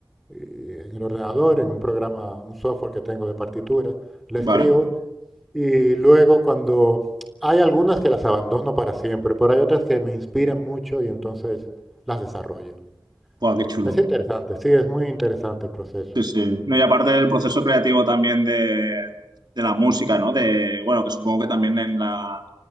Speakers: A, in the centre; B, on the right.
A: y en el ordenador, en un programa, un software que tengo de partituras, la
B: Vale.
A: escribo y luego cuando hay algunas que las abandono para siempre, pero hay otras que me inspiran mucho y entonces las desarrollo.
B: Buah, qué chulo.
A: Es interesante, sí, es muy interesante el proceso.
B: Sí, sí. No, y aparte del proceso creativo también de, de la música, ¿no? De, bueno, que supongo que también en la,